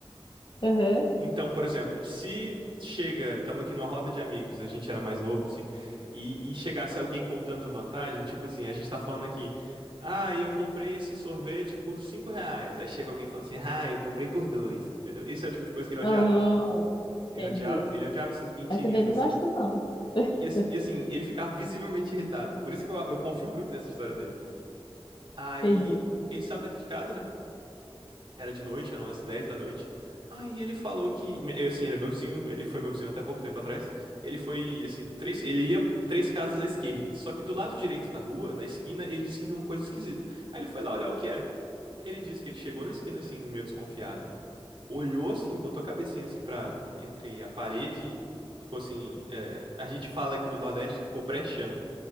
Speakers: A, on the left (about 55°); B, on the right (about 60°).
A: Aham.
B: E- Então, por exemplo, se chega, estamos aqui numa roda de amigos, a gente era mais novo, assim, e, e chegasse alguém contando vantagem, tipo assim, a gente tá falando aqui, ah, eu comprei esse sorvete por cinco reais. Aí chega alguém falando assim, ah, eu comprei por dois, entendeu? Esse é o tipo de coisa que ele
A: Hum,
B: odiava. Ele
A: entendi.
B: odiava, ele odiava essas mentirinhas,
A: Eu também não
B: assim.
A: gosto, não. <laughs>
B: E, ass- e, assim, ele ficava visivelmente irritado. Por isso que eu, eu confio muito nessa história dele. Aí
A: Entendi.
B: ele saiu daqui de casa, né? Era de noite, eram as 10 da noite. Aí ele falou que, eu, assim, ele é meu vizinho, ele foi meu vizinho até pouco tempo atrás. Ele foi, assim, três, ele ia três casas à esquerda. Só que do lado direito da rua, na esquina, ele disse que viu uma coisa esquisita. Aí ele foi lá olhar o que era. Ele disse que ele chegou na esquina, assim, meio desconfiado, olhou, assim, botou a cabecinha, assim, pra, entre a parede, ficou assim, é, a gente fala aqui no Nordeste, ficou brechando.